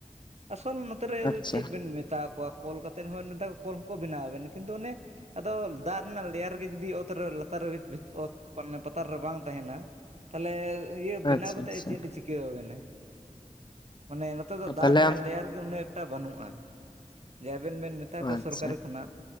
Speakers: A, on the right; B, on the left.
A: ᱟᱥᱚᱞ ᱱᱚᱛᱮ ᱨᱮ
B: ᱟᱪᱪᱷᱟ
A: ᱪᱮᱫ ᱵᱮᱱ ᱢᱮᱛᱟ ᱠᱚᱣᱟ ᱠᱚᱞ ᱠᱟᱛᱮᱫ ᱦᱚᱸ ᱠᱚᱞ ᱦᱚᱸᱠᱚ ᱵᱮᱱᱟᱣᱼᱟ ᱵᱮᱱ ᱠᱤᱱᱛᱩ ᱚᱱᱮ, ᱟᱫᱚ ᱫᱟᱜ ᱞᱮᱭᱟᱨ ᱜᱮ ᱡᱩᱫᱤ ᱚᱛ ᱨᱮ ᱞᱟᱛᱟᱨ ᱨᱮ ᱚᱛ ᱢᱟᱱᱮ, ᱯᱟᱛᱟᱨ ᱨᱮ ᱵᱟᱝ ᱛᱟᱦᱮᱸᱱᱟ ᱛᱟᱞᱮ ᱤᱭᱟᱹ ᱵᱮᱱᱟᱣ
B: ᱟᱪᱪᱷᱟ
A: ᱠᱟᱛᱮᱜ
B: ᱟᱪᱪᱷᱟ
A: ᱪᱮᱫ ᱮ ᱪᱤᱠᱟᱹᱣ ᱟᱵᱮᱱᱟ, ᱢᱟᱱᱮ ᱛᱮ ᱫᱚ ᱫᱟᱜ
B: ᱛᱟᱦᱚᱞᱮ
A: ᱨᱮᱱᱟᱜ ᱞᱮᱭᱟᱨ ᱜᱮ ᱩᱱᱟᱹᱜ ᱮᱠᱴᱟ ᱵᱟᱹᱱᱩᱜᱼᱟ, ᱡᱮ ᱟᱵᱮᱱ ᱵᱮᱱ ᱢᱮᱛᱟ ᱠᱚᱣᱟ
B: ᱟᱪᱪᱷᱟ
A: ᱥᱚᱨᱠᱟᱨᱤ ᱠᱷᱚᱱᱟᱜ